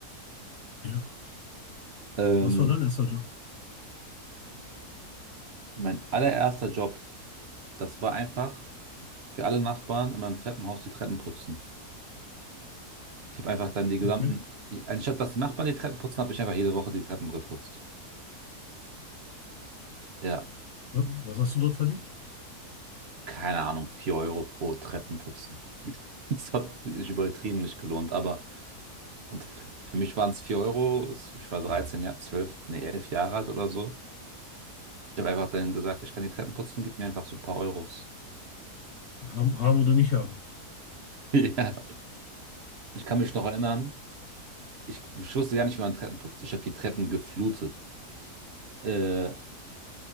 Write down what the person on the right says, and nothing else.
Ähm,
mein allererster Job, das war einfach für alle Nachbarn in meinem Treppenhaus die Treppen putzen. Ich habe einfach dann die gesamten,
anstatt dass die Nachbarn die Treppen putzen, habe ich einfach jede Woche die Treppen geputzt. Ja,
keine Ahnung, 4 Euro pro Treppenputzen. <laughs> Das hat sich übertrieben nicht gelohnt, aber und für mich waren es 4 Euro. Es- Ich war 13 Jahre, 12, nee, 11 Jahre alt oder so. Ich habe einfach dann gesagt, ich kann die Treppen putzen, gib mir einfach so ein paar Euros.
<laughs> Ja, ich kann mich noch erinnern, ich, ich wusste gar nicht, wie man Treppen putzt. Ich habe die Treppen geflutet. Äh,